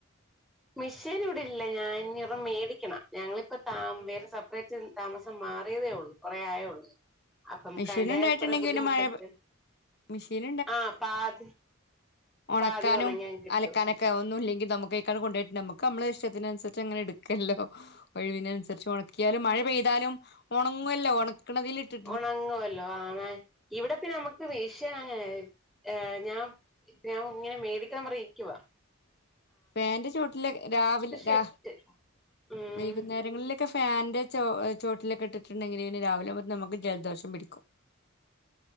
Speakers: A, in the centre; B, on the left.
A: മെഷീൻ ഇവിടെ ഇല്ല. ഞാൻ ഇനിയോരെണ്ണം മേടിക്കണം ഞങ്ങളിപ്പ താ വേറെ സെപ്പറേറ്റ് താമസം മാറിയതേ ഒള്ളൂ. കൊറേ ആയൊള്ളൂ. അപ്പ നമുക്ക്
B: മെഷീൻ
A: അതിന്റെ
B: ഉണ്ടായിട്ടുണ്ടെങ്കിൽ
A: കൊറെ ബുദ്ധിമുട്ട്
B: പിന്നെ മഴ
A: ഒക്കെ ഒണ്ട്.
B: മെഷീൻ
A: ആ പാതി
B: ഒണക്കാനും
A: പാതി ഉണങ്ങാൻ കിട്ടും
B: അലക്കാനൊക്കെ ഒന്നു ഇല്ലങ്കിൽ നമുക്കാ കൊണ്ട് നമക്ക് നമ്മള ഇഷ്ടത്തിനുസരിച്ച് അങ്ങനെടുക്കല്ലോ. ഒഴിവിനനുസരിച്ച് ഒണക്കിയാലും മഴ പെയ്താലും ഒണങ്ങുവല്ലോ. ഒണക് ഒണക്കണതിലിട്ടിട്ട്
A: ഒണങ്ങുവല്ലോ <unintelligible> ആ ഇവിടെ പിന്നെ നമുക്ക് <unintelligible> <unintelligible> ഞാൻ ഞാൻ ഇങ്ങനെ മേടിക്കണം പറഞ്ഞിരിക്കുവാ
B: ഫാന്റെ ചോട്ടില് രാവിലെ
A: ഷെഡ്
B: രാ
A: ഉം
B: വൈകുന്നേരങ്ങളിലൊക്കെ ഫാന്റെ ചോ ചോട്ടിലൊക്കെ ഇട്ടിട്ടുണ്ടെങ്കിൽ പിന്നെ രാവിലെ മുതല് നമക്ക് ജലദോഷം പിടിക്കും